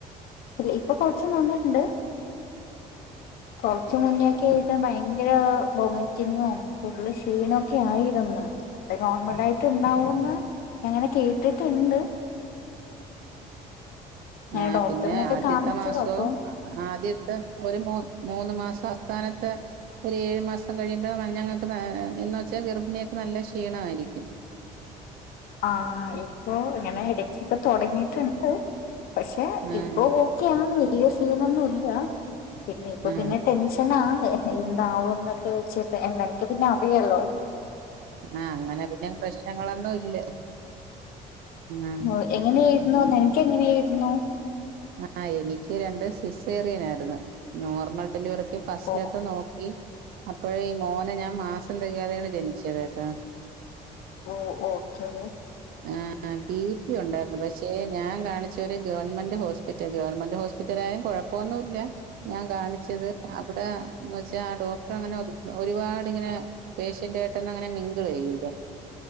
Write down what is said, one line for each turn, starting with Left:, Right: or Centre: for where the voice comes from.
Left: ഇല്ല ഇപ്പൊ കൊച്ച് നിന്നിട്ടിണ്ട് കൊറച്ച മുന്നൊക്ക ആയിട്ട് ഭയങ്കര വോമിറ്റിങ്ങും ഫുള്ള് ഷീണൊക്കെ ആയിരുന്ന് അ നോർമലായിട്ട് ഉണ്ടാവന്ന് അങ്ങനെ കേട്ടിട്ടിണ്ട് ഞാൻ
Right: ആ
Left: ഡോക്ടറിനൊക്കെ
Right: പിന്നെ ആദ്യത്തെ
Left: കാണിച്ചു
Right: മാസവും
Left: അപ്പൊ
Right: ആദ്യത്തെ ഒരു മൂ മൂന്ന് മാസം സ്ഥാനത്ത് ഒരു ഏഴു മാസം കഴിയുമ്പോ ഞങ്ങക്ക് എന്ന് വച്ചാ ഗർഭിണികൾക്ക് നല്ല ക്ഷീണായിരിക്കും
Left: ആ ഇ ഓ ഇങ്ങനെ ഇടയ്ക്കൊക്കെ തുടങ്ങി <inaudible> പക്ഷെ
Right: ആ
Left: ഇപ്പൊ ഓക്കെയാണ് വലിയ സീനൊന്നും ഇല്ല പിന്നെ ഇപ്പൊ
Right: ആ
Left: പിന്നെ ടെൻഷനാണ് എന്താവോന്നൊക്കെ വെച്ച് എ നിൻക്ക് പിന്നെ അറിയാല്ലോ
Right: ആഹ അങ്ങനെ പിന്നെ പ്രശ്നങ്ങളൊന്നും ഇല്ല ആ
Left: ഒ എങ്ങനെയായിരുന്നു നിനക്ക്ങ്ങനെയായിരുന്നു
Right: ആ എനിക്ക് രണ്ട് സിസേറിയൻ ആരുന്നു നോർമൽ ഡെലിവറി എനിക്ക് ഫസ്റ്റ്ലത്തെ
Left: ഓ
Right: നോക്കി അപ്പഴേഈ മോൻ ഞാൻ മാസം തെകയാതെയാണ് ജനിച്ചതേട്ടോ
Left: ഓഹ് ഓക്കെ
Right: ആ ബി പി ഉണ്ടായിരുന്നു. പക്ഷെ ഞാൻ കാണിച്ച ഒരു ഗവൺമെന്റ് ഹോസ്പിറ്റൽ ഗവൺമെന്റ് ഹോസ്പിറ്റലായാലും കുഴപ്പൊന്നുംല്ല ഞാൻ കാണിച്ചത് അവിടെ ന്ന് വെച്ചാ ആ ഡോക്ടർ അങ്ങനെ ഒരുപാട് ഇങ്ങനെ പേഷ്യന്റ ആയിട്ടൊന്നും അങ്ങനെ മിംഗിൾ ചെയ്യൂല.